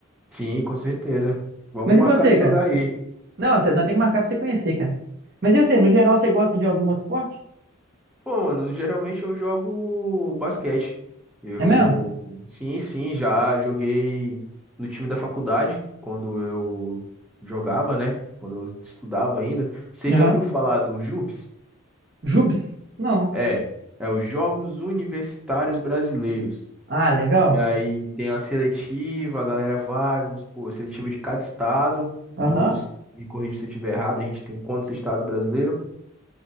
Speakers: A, in the centre; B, on the right.
A: Sim, com certeza. Vamos
B: Mas
A: marcar
B: e você,
A: de
B: cara?
A: jogar aí.
B: Não, você, nós temos que marcar pra você conhecer, cara. Mas e você, no geral, você gosta de algum outro esporte?
A: Pô, mano, geralmente eu jogo basquete. Eu,
B: É mesmo?
A: sim, sim, já joguei no time da faculdade, quando eu jogava, né? Quando eu estudava ainda. Você
B: Aham.
A: já viu falar do JUBs?
B: Jubes? Não.
A: É, é os Jogos Universitários Brasileiros.
B: Ah, legal.
A: E aí tem a seletiva, a galera vai, vamos supor, seletiva de cada estado,
B: Aham.
A: dos, me corrija se eu estiver errado, a gente tem quantos estados brasileiros?